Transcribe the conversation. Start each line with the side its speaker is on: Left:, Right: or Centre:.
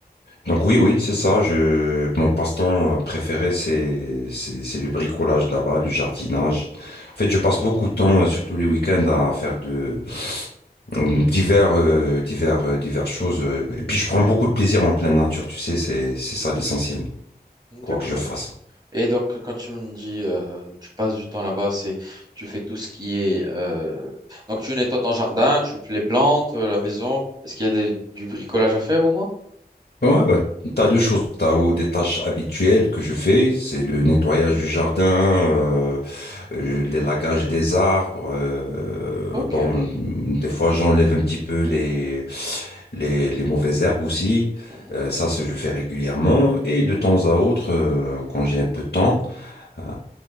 Left: Donc oui, oui, c'est ça. Je, mon passe-temps euh, préféré, c'est, c'est, c'est le bricolage là-bas, le jardinage. En fait, je passe beaucoup de temps, euh, surtout les week-ends, à faire de, divers, euh, divers, euh, diverses choses. euh, Et puis je prends beaucoup de plaisir en pleine nature, tu sais, c'est, c'est ça l'essentiel,
Right: d'accord.
Left: quoi que je fasse.
Right: Et donc, quand tu me dis, euh, tu passes du temps là-bas, c'est, tu fais tout ce qui est, euh, donc tu nettoies ton jardin, tu fais les plantes, euh, la maison. Est-ce qu'il y a des- du bricolage à faire au moins?
Left: Ouais, bah, t'as deux choses. T'as ou des tâches habituelles que je fais, c'est le nettoyage du jardin, euh, euh, l'élagage des arbres. euh,
Right: Ok.
Left: bon, des fois j'enlève un petit peu les, les, les mauvaises herbes aussi.
Right: Mhm.
Left: Euh, ça, c'est- je fais régulièrement. Et de temps à autre, euh, quand j'ai un peu de temps. Euh,